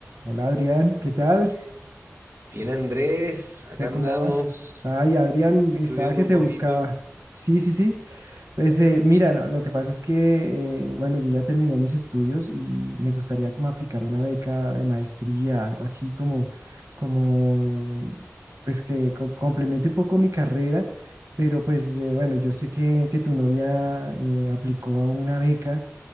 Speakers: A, on the right; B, on the right.
A: Hola Adrián, ¿qué tal?
B: Bien, Andrés, acá
A: ¿Yo
B: andamos
A: cómo vas? Ay, Adrián, estaba
B: estudiando
A: que
B: un
A: te
B: poquito.
A: buscaba. Sí, sí, sí. Pues eh, mira, no, lo que pasa es que, eh, bueno, yo ya terminé mis estudios y me gustaría como aplicar una beca de maestría, algo así como, como, pues que co- complemente un poco mi carrera, pero pues eh, bueno, yo sé que, que tu novia eh, aplicó a una beca